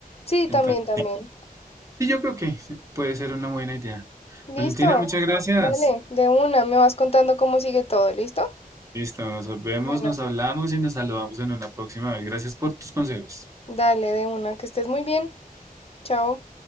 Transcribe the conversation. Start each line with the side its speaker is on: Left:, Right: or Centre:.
Left: Sí,
Right: Entonces,
Left: también, también.
Right: sí, yo creo que puede ser una buena idea.
Left: Listo.
Right: Valentina, muchas gracias.
Left: Dale, de una, me vas contando cómo sigue todo, ¿listo?
Right: Listo, nos vemos,
Left: Bueno,
Right: nos hablamos y nos saludamos en una próxima vez. Gracias por tus consejos.
Left: dale de una, que estés muy bien. Chao.